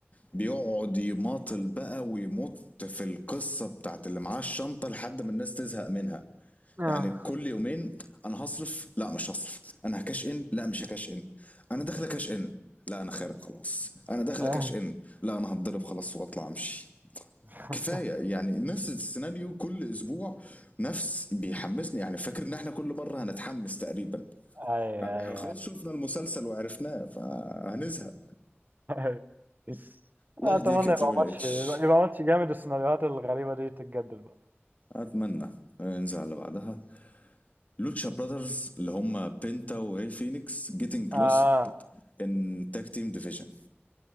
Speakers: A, on the left (about 35°); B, on the right (about 45°).
A: بيقعد يماطل بقى ويمط في القصة بتاعت اللي معاه الشنطة لحد ما الناس تزهق منها
B: اه
A: يعني كل يومين انا هصرف لا مش هصرف انا هكاش ان لا مش هكاش ان انا داخله كاش ان لا انا خارج خلاص انا داخله
B: آه.
A: كاش ان لا انا هتضرب خلاص واطلع امشي
B: <laughs>
A: كفايه يعني نفس السيناريو كل اسبوع نفس بيحمسني يعني فاكر ان احنا كل مره هنتحمس تقريبا
B: أيوه
A: يعني
B: أيوه
A: احنا خلاص شفنا المسلسل وعرفناه فهنزهق
B: أيوه <laughs>
A: الله
B: أتمنى
A: يهديك يا تريبل
B: يبقى ماتش
A: اتش
B: يبقى يبقى ماتش جامد السيناريوهات الغريبة دي تتجدد بقى
A: اتمنى ننزل على اللي بعدها لوتشا براذرز اللي هم بينتا وهي فينيكس جيتنج كلوز
B: آه
A: ان تاج تيم ديفيجن